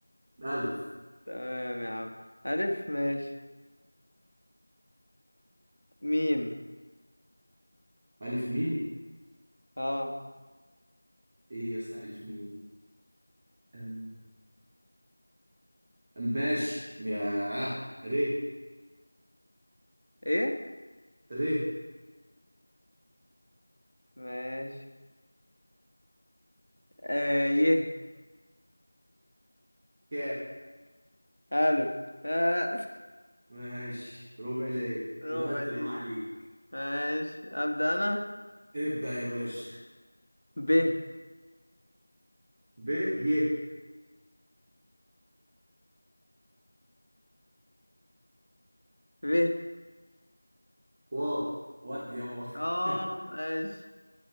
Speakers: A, on the right; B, on the left.
A: الف
B: تمام يا عم ألف ماشي ميم
A: ألف ميم
B: أه
A: إيه يا اسطى ألف ميم دي؟ أم ماشي يا ر
B: إيه
A: ر
B: ماشي آه يه
A: ك
B: ألف آه
A: ماشي ربع ليا
B: <laughs> ربع
A: وثلاث
B: دي
A: أرباع ليك
B: ماشي أبدأ أنا
A: ابدأ يا باشا
B: ب
A: ب ي
B: ب
A: واو ودي يابا <laughs>
B: اه ماشي